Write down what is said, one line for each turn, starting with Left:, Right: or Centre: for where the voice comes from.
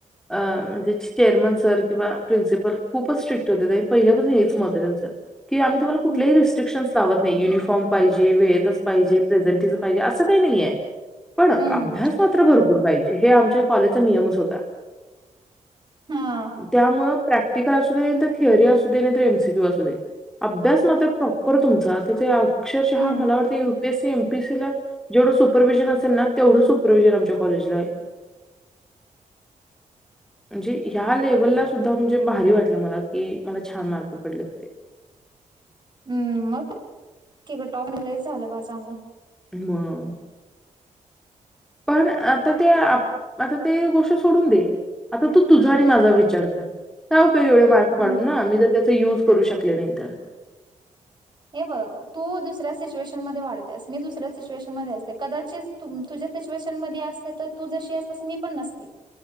Centre: अ म्हणजे. चेरमन सर किंवा प्रिन्सिपल खूपच स्ट्रिक्ट होते आणि पहिल्यापासून हेच मत आहे त्यांच. क आम्हीु्हाला कुल्याही
Right: हं,
Centre: रस्ट्रिकशस लावत नाही युनिफॉर्म पाहिजे वेळेतच पाहिजे प्रेझेंटच पाहिजे असं काही नाहीये पण
Right: हं.
Centre: अभ्यास मात्र भरपूर पाहिजे हे आमच्या कॉलेजचा नियमच होता
Right: हां.
Centre: त्यामुं प्रॅक्टिकल असू दे नाही तर थिअरी असू दे नाही तर एमसीक्यू असू दे अभ्यास मात्र प्रॉपर तुमचा तर ते अक्षरशः
Right: हं,
Centre: मला वाटते ीसी एमपीसी ला जेवढं सुपरवि्हिजन असेल ना तेवढं सुपरव्हिजन आमच्या कॉलेजला आहे <inaudible> म्हणजे या लेव्हलला सुद्धा म्हणजे भारी वाटलं मला कि मला छान मार्क पडले ते <inaudible>
Right: हम्म मगक टॉप म झालं बा चांगलं
Centre: ह पण आता ते आता ते गोष्ट सोडून दे आता तू तुझा आणि माझा विचार कर का एवढे मार्क
Right: हं.
Centre: पाडून नामी जर त्या युज करू शकले नाही तर
Right: हे बघ तू दुसऱ्या सिच्युएशन म वाढतेस मी दुसऱ्या सिच्युएशन म असते कित सच्युएशन म अस तर तू जशी अस मी पण नसते